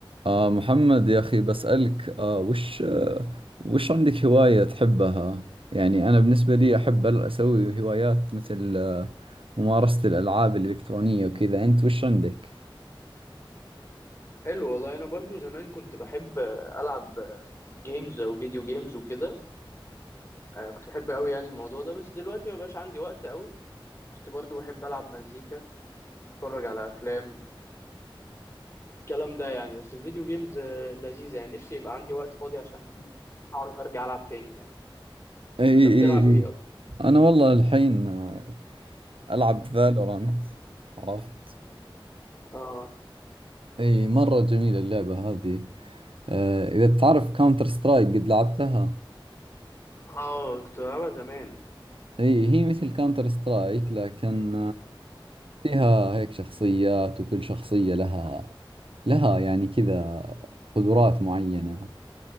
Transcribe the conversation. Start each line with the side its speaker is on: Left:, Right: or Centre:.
Right: آه محمد يا أخي بسألك آه وش آه وش عندك هواية تحبها؟ يعني أنا بالنسبة لي أحب ال- أسوي هوايات مثل آه ممارسة الألعاب الإلكترونية وكذا أنت وش عندك؟
Left: حلو والله انا برضو زمان كنت بحب العب جيمز او فيديو جيمز وكده آه، كنت بحب قوي يعني الموضوع ده بس دلوقتي ما بقاش عندي وقت قوي كنت برضو بحب العب مزيكا اتفرج على افلام الكلام ده يعني بس الفيديو جيمز آه، لذيذة يعني نفسي يبقى عندي وقت فاضي عشان اعرف ارجع العب تاني يعني
Right: اي
Left: انت بتلعب
Right: اي اي
Left: ايه اصلا
Right: أنا والله الحين آه ألعب فالورانت عرفت؟
Left: اه
Right: أي مرة جميلة اللعبة هذه آه إذا بتعرف كاونتر سترايك قد لعبتها؟
Left: اه كنت بلعبها زمان
Right: أي هي مثل كاونتر سترايك لكن فيها هيك شخصيات وكل شخصية لها لها يعني كذا قدرات معينة